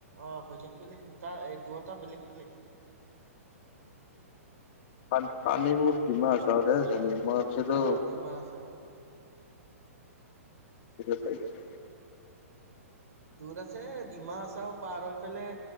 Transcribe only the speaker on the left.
পান পানী মোৰ ডিমাহাচাওতে যেনি মই ভাবিছিলো
চাই <unintelligible>